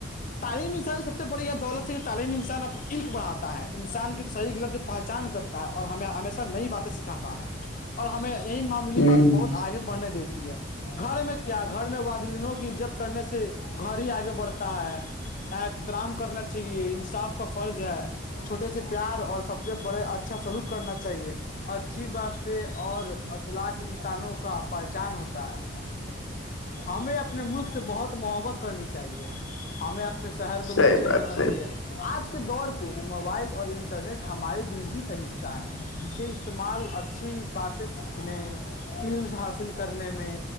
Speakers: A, on the left; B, on the left.
A: تعلیمی حسال سب سے بڑی دولت تعلیمی انسان اپنی عق بھاتا ہے انسان کی صحیح گلت کی پہچان کرتا ہے اور ہمیں ہمیشہ نئی بات سکھاتا ہے ہمیں یہی معمولی
B: ہوں
A: بات بہت آگے بڑھنے دیتی ہے گھر میں کیا گھر میں وادلینوں سے کی عزت کرنے سے گھر ہی آگے بڑھتا ہے احترام کرنا چاہیے انصاف کا فرض ہے چھوٹے سے پیار اور سب سے بڑے اچھا سلوک کرنا چاہیے اچھی بات ہے اور الاق انسانوں کا پہچان ہوتا ہے ہمیں اپنے ملک سے بہت محبت کرنی چاہیے ہمیں اپنے شہر کو بھی
B: صحیح
A: اچھا
B: بات
A: کرنا
B: صحیح
A: چاہیے آج کے دور پہ موبائل اور انٹرنیٹ ہمارے زندگی کا حصہ ہے اس سے اس استعمال اچھی باتیں سیکھنے علم حاصل کرنے میں